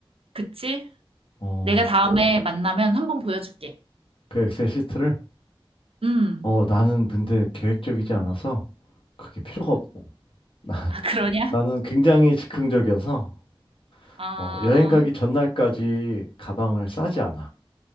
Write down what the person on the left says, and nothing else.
어,
그 엑셀 시트를?
어, 나는 근데 계획적이지 않아서 그게 필요가 없어. <laughs>
나, 는 굉장히 즉흥적이어서
어, 여행 가기 전날까지 가방을 싸지 않아.